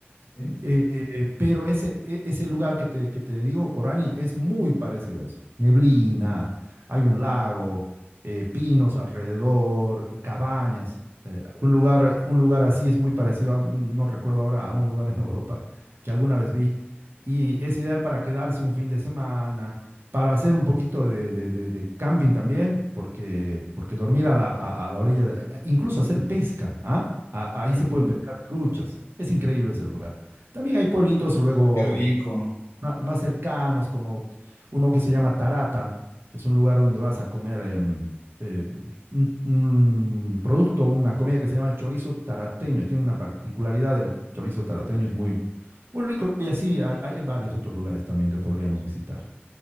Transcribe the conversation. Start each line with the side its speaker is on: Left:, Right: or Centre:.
Left: ¿Sí?
Right: eh, pero ese, e- ese lugar que te, que te digo, Corani, es muy parecido a eso. Neblina, hay un lago, eh, pinos alrededor, eh, cabañas. eh, un lugar, un lugar así es muy parecido, a- no recuerdo ahora, a un lugar en <laughs> Europa que alguna vez vi. Y es ideal para quedarse un fin de semana, para hacer un poquito de, de- de- de camping también, porque, porque dormir a la, a- a la orilla, de la- incluso hacer pesca, ¿ah? A- ahí
Left: Mm,
Right: se puede pescar truchas. Es increíble ese lugar. También hay pueblitos luego
Left: qué rico,
Right: ma- más cercanos, como uno que se llama Tarata, que es un lugar donde vas a comer em, eh, un, un producto, una comida que se llama chorizo tarateño. Tiene una particularidad, el chorizo tarateño es muy, muy rico y así hay, hay- hay varios otros lugares también que podríamos visitar.